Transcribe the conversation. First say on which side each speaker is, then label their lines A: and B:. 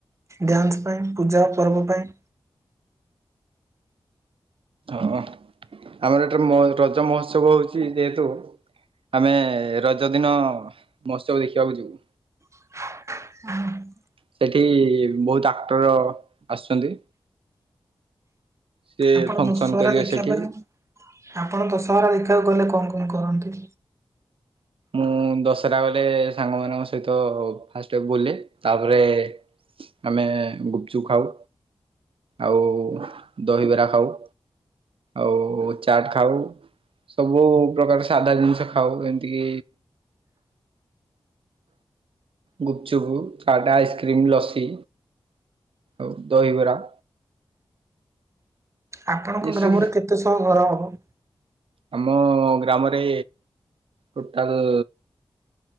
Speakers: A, on the right; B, on the right.
A: ଡ୍ୟାନ୍ସ ପାଇଁ ପୂଜା ପର୍ବ ପାଇଁ
B: ହଁ ଆମର ଏଥର ରଜ ମହୋତ୍ସବ ହଉଛି ଯେହେତୁ ଆମେ ରଜଦିନ ମହୋତ୍ସବ ଦେଖିବାକୁ ଯିବୁ।
A: <unintelligible>
B: ସେଠି ବହୁତ ଆକ୍ଟର ଆସୁଛନ୍ତି। ସେ
A: ଆପଣ
B: ଫଙ୍କସନ
A: ଦଶହରା
B: କରିବେ
A: ଦେଖିବା
B: ସେଠି
A: ପାଇଁ, ଆପଣ ଦଶହରା ଦେଖିବାକୁ ଗଲେ କଣ କଣ କରନ୍ତି?
B: ମୁଁ ଦଶଟା ଗଲେ ସାଙ୍ଗ ମାନଙ୍କ ସହିତ ଫାଷ୍ଟ ବୁଲେ ତାପରେ ଆମେ ଗୁପଚୁପ ଖାଉ ଆଉ ଦହିବରା ଖାଉ। ଆଉ ଚାଟ ଖାଉ ସବୁ ପ୍ରକାର ସାଧା ଜିନିଷ ଖାଉ ଏମିତି <inaudible> ଗୁପଚୁପ୍ ଚାଟ ଆଇସ୍କ୍ରିମ୍ ଲସି ଆଉ ଦହିବରା
A: ଆପଣଙ୍କ
B: ଏସବୁ
A: ଗ୍ରାମରେ କେତେ ସବୁ ଘର ହବ?
B: ଆମ ଗ୍ରାମରେ ଟୋଟାଲ